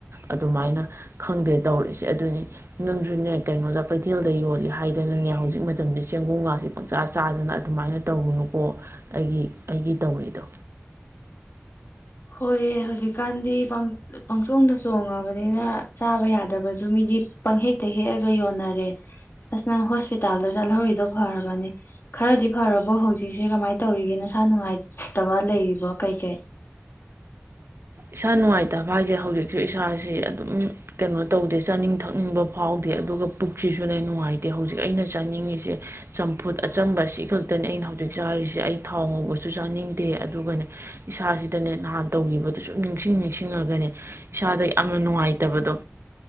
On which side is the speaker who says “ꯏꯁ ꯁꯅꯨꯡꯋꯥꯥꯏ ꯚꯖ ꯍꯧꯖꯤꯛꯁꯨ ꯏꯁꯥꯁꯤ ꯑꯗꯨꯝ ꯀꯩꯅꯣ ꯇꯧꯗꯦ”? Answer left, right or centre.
Right